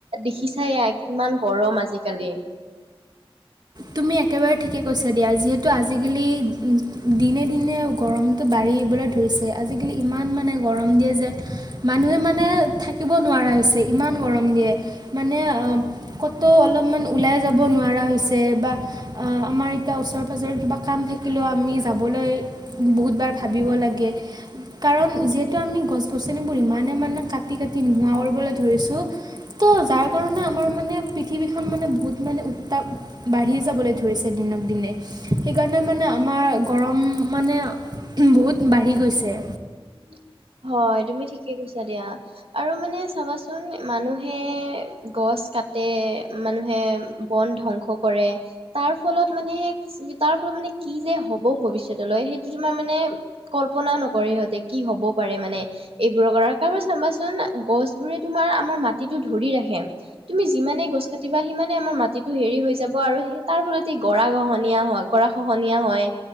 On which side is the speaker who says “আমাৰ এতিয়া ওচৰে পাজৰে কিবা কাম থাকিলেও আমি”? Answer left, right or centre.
Right